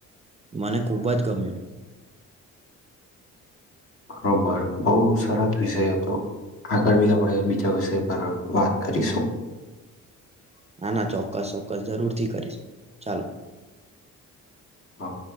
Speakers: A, on the right; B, on the left.
A: મને ખૂબ જ ગમ્યું
B: બરોબર બહુ સરસ વિષય હતો આગળ બી આપણે બીજા વિષય પર વાત કરીશું
A: <inaudible> ના ના ચોક્કસ ચોક્કસ જરૂરથી કરી શકો ચાલો
B: હા